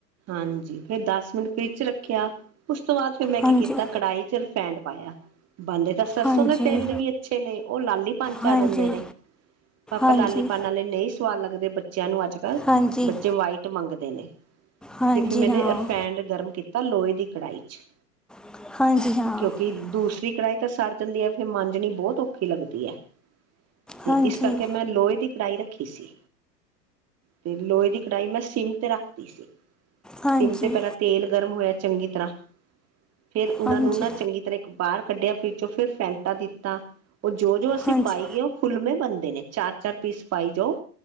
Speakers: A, on the right; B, in the centre.
A: ਹਾਂਜੀ, ਫਿਰ ਦੱਸ ਮਿੰਟ ਫਰਿਜ'ਚ ਰੱਖਿਆ ਉਸ ਤੋਂ, ਬਾਅਦ ਫਿਰ ਮੈਂ
B: ਹਾਂਜੀ
A: ਕੀ ਕੀਤਾ ਕੜਾਹੀ'ਚ ਰਿਫੈਂਡ ਪਾਇਆ ਪਾਂਦੇ ਤਾਂ, ਸਰਸੋਂ
B: ਹਾਂਜੀ
A: ਦੇ ਤੇਲ ਦੇ ਵੀ ਅੱਛੇ ਨੇ, ਉਹ ਲਾਲੀ ਪਨ'ਚ
B: ਹਾਂਜੀ
A: ਆ ਜਾਂਦੇ ਨੇ। ਪਾਪਾ
B: ਹਾਂਜੀ
A: ਲਾਲੀ ਪਾਂ ਵਾਲੇ ਨਹੀਂ ਸਵਾਦ ਲੱਗਦੇ ਬ ਬੱਚਿਆਂ ਨੂੰ ਅੱਜ ਕੱਲ੍ਹ
B: ਹਾਂਜੀ
A: ਬੱਚੇ ਵਾਈਟ ਮੰਗਦੇ ਨੇ
B: ਹਾਂਜੀ
A: ਤੇ ਫਿਰ ਮੈਨੇ
B: ਹਾਂ
A: ਰਿਫੈਂਡ ਗਰਮ ਕੀਤਾ ਲੋਹੇ ਦੀ ਕੜਾਹੀ 'ਚ
B: <inaudible>
A: ਕਿਉਂਕਿ <unintelligible> ਕੜਾਹੀ ਤਾਂ ਸੜ ਜਾਂਦੀ ਹੈ ਫਿਰ ਇਹ ਮਾਜਨੀ ਬਹੁਤ ਔਖੀ ਲੱਗਦੀ ਹੈ ਤੇ
B: ਹਾਂਜੀ
A: ਇਸ ਕਰਕੇ ਮੈਂ ਲੋਹੇ ਦੀ ਕੜਾਹੀ ਰੱਖੀ ਸੀ। ਤੇ, ਲੋਹੇ ਦੀ ਕੜਾਈ ਮੈਂ ਸਿੰਮ ਤੇ ਰੱਖ ਤੀ ਸੀ,
B: ਹਾਂਜੀ
A: ਸਿੰਮ ਤੇ ਪਹਿਲਾਂ
B: ਹਾਂਜੀ
A: ਤੇਲ ਗਰਮ ਹੋਇਆ ਚੰਗੀ ਤਰ੍ਹਾਂ ਫੇਰ, ਉਹਨਾਂ
B: ਹਾਂਜੀ
A: ਨੂੰ ਨਾ ਚੰਗੀ ਤਰ੍ਹਾਂ ਇੱਕ ਬਾਹਰ ਕੱਢਿਆ ''ਫਰਿੱਜ'ਚੋ ਫਿਰ ਫੈਂਟਾ ਦਿੱਤਾ ਉਹ ਜੋ-ਜੋ ਅਸੀਂ
B: ਹਾਂਜੀ
A: ਪਾਈ ਗਏ, ਉਹ ਫੁੱਲਮੇ ਬਣ ਨੇ ਚਾਰ-ਚਾਰ ਪੀਸ ਪਾਈ ਜਾਓ